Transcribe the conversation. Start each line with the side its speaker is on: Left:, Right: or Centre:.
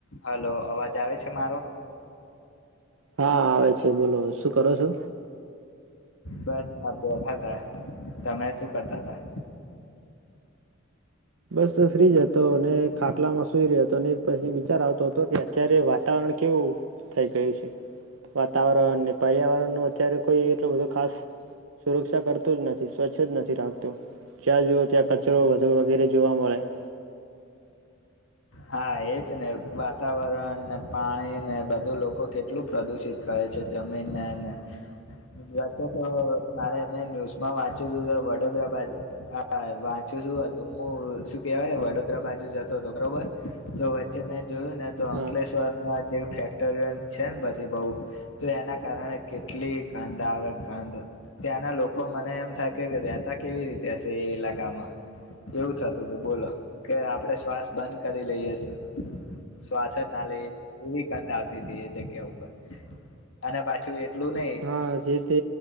Left: Hello અવાજ આવે છે મારો?
Right: હા આવે છે બોલો શું કરો છો?
Left: બસ આપ બેઠા થા તમે શું કરતા તા?
Right: બસ ફ્રીજ હતો અને ખાટલામાં સુઈ રહ્યો હતો અને એક પછી વિચાર આવતો હતો કે અત્યારે વાતાવરણ કેવું થઈ ગયું છે વાતાવરણને પર્યાવરણ નુ અત્યારે કોઈ એટલો બધો ખાસ સુરક્ષા કરતું જ નથી સ્વચ્છ જ નથી રાખતો જ્યાં જઓ ત્યાં કચરો વધ વગેરે જોવા મળે.
Left: હા એજ ને વાતાવરણ ને પાણી ને બધું લોકો કેટલું પ્રદુષિત કરે છે જમીનને વચ તો મારે મેં ન્યૂઝમાં વાંચ્યું હતું વડોદરા બાજુ હા વાંચ્યું શું હતું મુ શું કેવાય વડોદરા બાજુ જતો હતો બરોબર. તો વચ્ચે મે જોયું ને તો અંકલેશ્વર
Right: હા
Left: માં ફેક્ટરીઓ છે ને બધી બહુ તો એના કારણે કેટલી ગંધ આવે ગંધ ત્યાંના લોકો મને એમ થાય કે રતા કેવી રીતે હશે એ ઈલાકામાં એવું થતું તું બોલો કે આપડ શ્વાસ બંધ કદી લઈ છે. શ્વાસ ના લઈ એવી કંધ આવતી હતી એ જગ્યા ઉપર અને પાછું એટલું નઈ
Right: હા જે તે